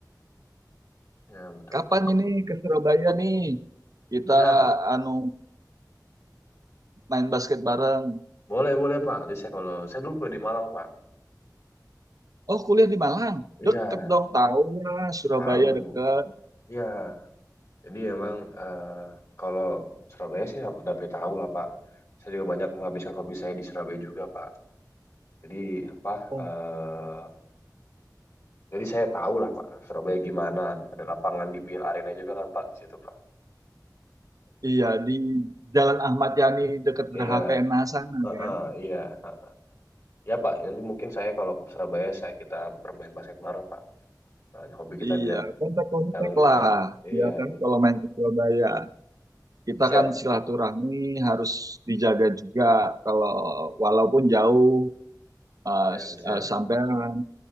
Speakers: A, on the left; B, on the right.
A: Ya betul
B: kapan
A: betul kok.
B: ini ke Surabaya nih kita
A: Ya
B: anu main basket bareng
A: boleh boleh Pak. Jadi saya kalau saya dulu kuliah di Malang Pak.
B: oh kuliah di Malang
A: Iya,
B: deket dong tahu lah Surabaya
A: Tahu.
B: deket
A: Ya, jadi emang eh, kalau Surabaya sih udah pasti tahu lah Pak. Saya juga banyak menghabiskan hobi saya di Surabaya juga Pak. Jadi apa?
B: oh
A: eh, jadi saya tahu lah Pak Surabaya gimana. Ada lapangan di bir Arena juga kan Pak di situ Pak.
B: Iya, di Jalan Ahmad Yani dekat Geraha
A: Iya,
B: PNA sana
A: heeh,
B: kan.
A: iya. eh. Ya Pak, nanti mungkin saya kalau ke Surabaya saya kita bermain basket bareng Pak. Nah, hobi kita
B: Iya,
A: biar
B: kontak-kontak
A: salurkan.
B: lah.
A: Iya,
B: Ya kan
A: iya.
B: kalau main ke Surabaya. Kita
A: Siap,
B: kan silaturahmi harus dijaga juga kalau walaupun jauh eh,
A: siap,
B: s-
A: siap.
B: eh, sampean